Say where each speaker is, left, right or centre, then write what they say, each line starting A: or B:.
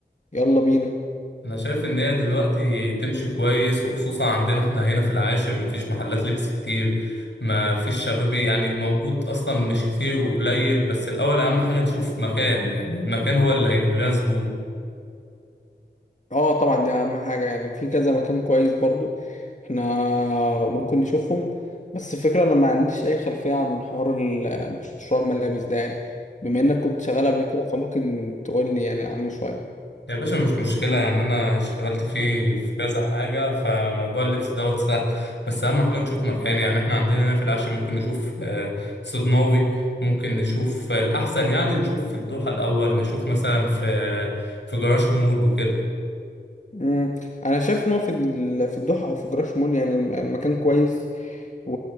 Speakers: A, on the left; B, on the left.
A: يلا بينا
B: انا شايف ان هي دلوقتي تمشي كويس وخصوصا عندنا احنا هنا في العاشر مفيش محلات لبس كتير مفيش شبابي يعني الموجود اصلا مش كتير وقليل بس الاول اهم حاجة نشوف مكان يعني المكان هو اللي هيجيب لنا زبون
A: اه طبعا دي أهم حاجة يعني في كذا مكان كويس برضو احنا ممكن نشوفهم بس الفكرة أنا ما عنديش أي خلفية عن حوار ال- مشروع الملابس ده يعني بما إنك كنت شغال قبل كده فممكن تقولي يعني عنه شوية
B: يا باشا مش مشكلة يعني أنا اشتغلت فيه في كذا حاجة فموضوع اللبس دوت سهل بس أهم حاجة نشوف مكان يعني إحنا عندنا هنا في العاشر ممكن نشوف آه، صدناوي ممكن نشوف الأحسن يعني نشوف في الدوحة الأول نشوف مثلا في آه، في جراج مول وكده
A: مم. أنا شايف إن هو في ال- في الدوحة أو في جراش مول يعني الم- المكان كويس و...